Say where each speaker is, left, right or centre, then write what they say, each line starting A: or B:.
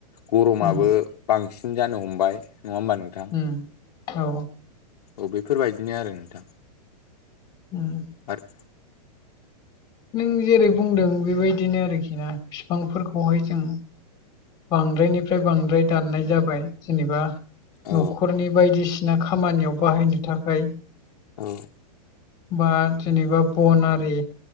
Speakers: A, on the left (about 70°); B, on the left (about 20°).
A: गरमाबो
B: उम
A: बांसिन जानो हमबाय नङा होमबा नों
B: उम औ
A: अ बेफोरबायदिनो आरो नोंथां।
B: ओम
A: आरो
B: नों जेरै बुंदों बेबायदिनो आरोखि ना बिफांफोरखौहाय जों बांद्रायनिफ्राय बांद्राय दाननाय जाबाय जेनेबा
A: औ
B: न'खरनि बायदिसिना खामानियाव बाहायनो थाखाय
A: औ
B: बा जेनेबा बनारि